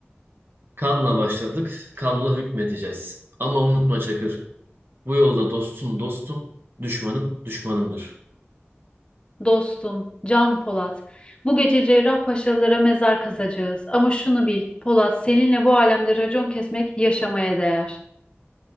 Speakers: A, on the right; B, on the left.
A: Kanla başladık, kanla hükmedeceğiz. Ama unutma Çakır. Bu yolda dostun dostum, düşmanın düşmanımdır.
B: Dostum, Can Polat, bu gece Cerrahpaşalılara mezar kazacağız. Ama şunu bil, Polat, seninle bu alemde racon kesmek yaşamaya değer.